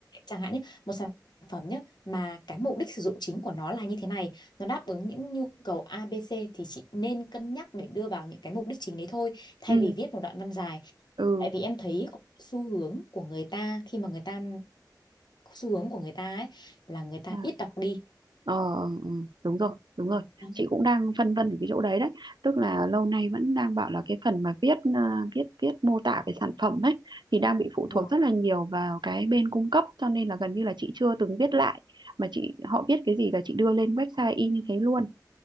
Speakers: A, on the left; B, on the right.
A: chẳng hạn nhé một sản phẩm nhé mà cái mục đích sử dụng chính của nó là như thế này nó đáp ứng những nhu cầu ABC thì chị nên cân nhắc để đưa vào những cái mục đích chính đấy thôi thay
B: ừ
A: vì viết một đoạn văn dài
B: ừ
A: tại vì em thấy có xu hướng của người ta khi mà người ta xu hướng của người ta ấy là người ta
B: à,
A: ít đọc đi
B: ờ, ừ, đúng rồi đúng rồi
A: Đấy,
B: chị cũng đang phân vân ở cái chỗ đấy đấy tức là lâu nay vẫn đang bảo là cái phần mà viết à, viết viết mô tả về sản phẩm ấy thì đang bị phụ
A: đúng
B: thuộc
A: không
B: rất là nhiều vào cái bên cung cấp cho nên là gần như là chị chưa từng viết lại mà chị họ viết cái gì là chị đưa lên website y như thế luôn